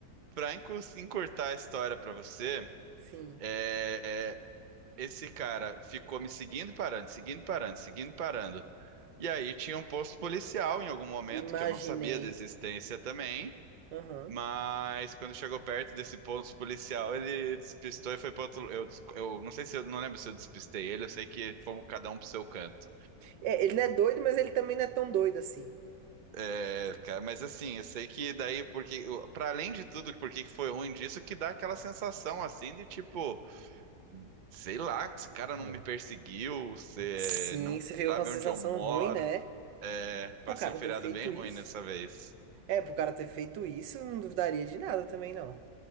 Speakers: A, on the right; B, on the right.
A: pra encu- encurtar a história pra você,
B: Sim.
A: é, é, esse cara ficou me seguindo e parando, seguindo e parando, seguindo e parando. E aí tinha um posto policial em algum momento,
B: Imaginei.
A: que eu não sabia da existência também.
B: Aham.
A: Mas quando chegou perto desse posto policial, ele despistou e foi para outro. Eu, des- eu não sei se eu não lembro se eu despistei ele, eu sei que fomos cada um pro seu canto.
B: É, ele não é doido, mas ele também não é tão doido assim.
A: É, cara, mas assim, eu sei que daí, porque, para além de tudo, porque que que foi ruim disso, que dá aquela sensação assim de tipo, sei lá, esse cara
B: Aham.
A: não me perseguiu, você
B: Sim,
A: não
B: você fica
A: sabe
B: com uma sensação
A: onde eu moro.
B: ruim, né?
A: É,
B: Pro
A: passei
B: cara
A: um feriado
B: ter feito
A: bem ruim
B: isso.
A: nessa vez.
B: É, pro cara ter feito isso, eu não duvidaria de nada também, não.